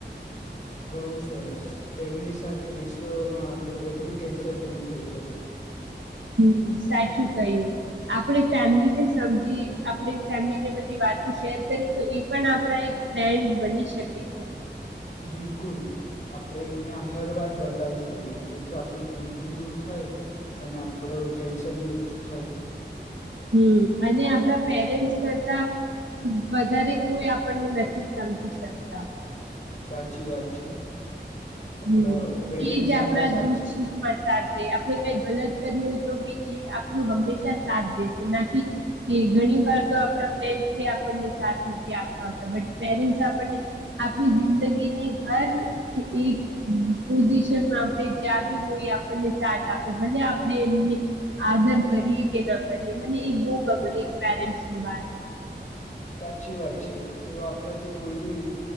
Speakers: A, on the left; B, on the right.
A: બઉ સરસ, ફેમિલી સાથે બેસવામાં આપડી બધી ટેન્શન દૂર થઈ જાય.
B: હમ, સાચું કહ્યું. આપણે ફેમિલીને સમજી આપણે ફેમિલીને બધી વાતો શેર કરી તો એ પણ આપણા એક ફ્રેન્ડ બની શકે છે.
A: બિલકુલ, આપડે એમને આ હર વાત બતાવી જોઈએ, તેથી આપડું દુઃખ ભી દૂર થાય અને આપડુ ટેન્શન બી ઓછું થાય.
B: હમ, અને આપણા પેરેન્ટ્સ કરતા વધારે કોઈ આપણને નથી સમજી શકતા.
A: સાચી વાત છે. આપણા
B: હમ,
A: પેરેન્ટ્સ
B: એજ આપડા
A: આપણા સાચ
B: દુઃખ-સુખ માં સાર થઈ. આપણે કંઈ ગલત કરી હોય તો, બી એ આપણું હંમેશા સાથ દેશે નાકી ઘણી વાર તો આપ ફડી આપણ સા નથી આપતા હોતા, બટ પેરેન્ટસ આપણને આપણી જિંદગીની હર એક પોઝિશનમાં આપણે જ્યાં બી હોય, આપણને સાથ આપે, ભલે આપણે એમને આદર કરીએ કે ના કરીએ, મને એ બહુ ગમે એક પેરેન્ટ્સની વાત.
A: સાચી વાત છે, તેઓ આપણાથી કોઈ